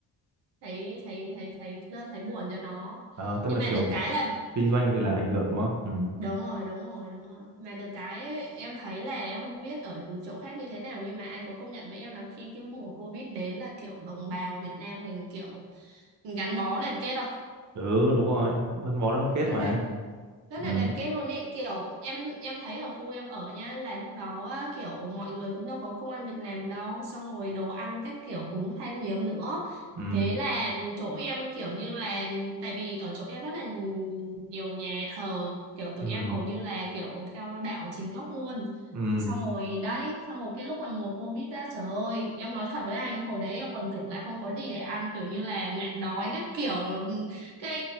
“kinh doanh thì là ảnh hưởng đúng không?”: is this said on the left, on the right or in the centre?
Right